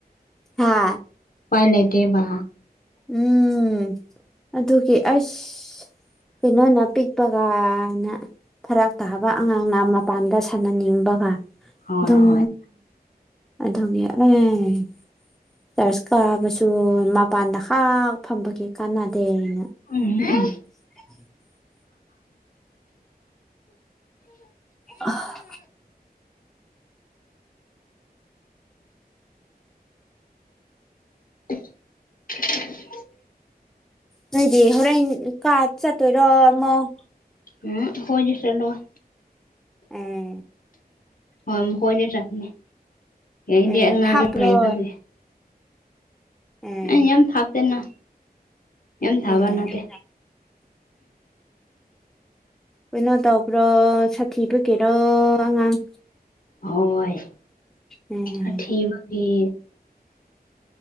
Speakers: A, in the centre; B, on the left.
A: ꯍꯥ
B: ꯎꯄꯥꯏ ꯂꯩꯇꯦꯕ
A: ꯎꯝ ꯑꯗꯨꯒꯤ ꯑꯁ ꯀꯩꯅꯣꯅ ꯄꯤꯛꯄꯒꯅ ꯐꯔꯛ ꯇꯥꯕ ꯑꯉꯥꯡꯅ ꯃꯄꯥꯟꯗ ꯁꯥꯟꯅꯅꯤꯡꯕꯒ ꯑꯗꯨꯝ
B: ꯍꯣꯏ ꯍꯣꯏ
A: ꯑꯗꯨꯒꯤ ꯑꯦ ꯆꯔꯁ ꯀꯥꯕꯁꯨ ꯃꯄꯥꯟꯗ ꯍꯥꯛ ꯐꯝꯕꯒꯤ ꯀꯥꯟꯅꯗꯦꯅ
B: ꯎꯝ
A: <inaudible> ꯑꯥ꯫
B: <inaudible>
A: ꯅꯣꯏꯗꯤ ꯍꯣꯔꯦꯟ ꯀꯥ ꯆꯥꯠꯇꯣꯏꯔꯣ ꯑꯃꯨꯛ꯫
B: ꯎꯝ ꯍꯣꯢꯗꯤ ꯆꯠꯂꯣꯢ꯫ <inaudible>
A: ꯑꯦ
B: ꯍꯣꯏ ꯃꯈꯣꯏꯗꯤ ꯆꯠꯅꯤ ꯑꯩꯗꯤ
A: ꯑꯦ
B: ꯑꯉꯥꯡ
A: ꯊꯥꯞꯄ꯭ꯔꯣ
B: ꯂꯩꯕꯒꯤ꯫
A: ꯑꯦ
B: ꯑꯥ ꯌꯥꯝ ꯊꯥꯄꯦꯅ ꯌꯥꯝ ꯊꯥꯕ
A: ꯑꯦ
B: ꯅꯠꯇꯦ꯫
A: ꯀꯩꯅꯣ ꯇꯧꯕ꯭ꯔꯣ ꯁꯥꯊꯤ ꯕꯒꯤꯔꯣ ꯑꯉꯥꯡ꯫
B: ꯍꯣꯏ
A: ꯑꯦ
B: ꯁꯥꯊꯤꯕꯒꯤ꯫